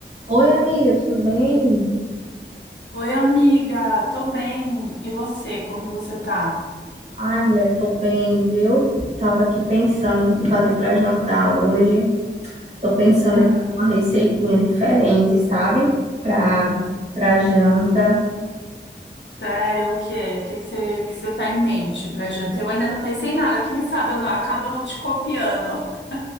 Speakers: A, on the right; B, on the left.
A: Oi, amiga, tudo bem?
B: Oi, amiga, tô bem. E você, como que você tá?
A: Ai, mulher, tô bem, viu? Tava aqui pensando no que fazer pra jantar hoje. Tô pensando
B: Hum,
A: aqui em uma receitinha diferente, sabe? Pra, pra janta.
B: sério, o quê? O que que você, que você tá em mente pra gente? Eu ainda não pensei em nada, quem sabe eu não, acabo não te copiando. <laughs>